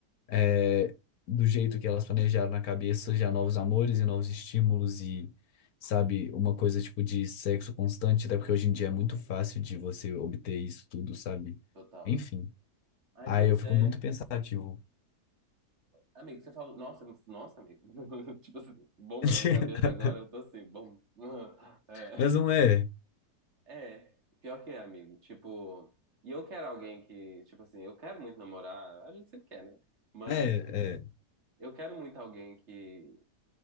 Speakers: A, on the left; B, on the right.
A: é, do jeito que elas planejaram na cabeça, já novos amores e novos estímulos e, sabe, uma coisa tipo de sexo constante, até porque hoje em dia é muito fácil de você obter isso tudo, sabe?
B: total.
A: Enfim.
B: Ai,
A: Aí
B: pois
A: eu fico
B: é.
A: muito pensativo.
B: Amigo, você falou. Nossa, nossa, amigo. <laughs> Tipo assim, bomba
A: <laughs>
B: na minha cabeça agora, eu tô assim, bom. <laughs> É.
A: Mas não é.
B: É, pior que é, amigo. Tipo, e eu quero alguém que, tipo assim, eu quero muito namorar, a gente sempre quer, né? Mas
A: É, é.
B: eu quero muito alguém que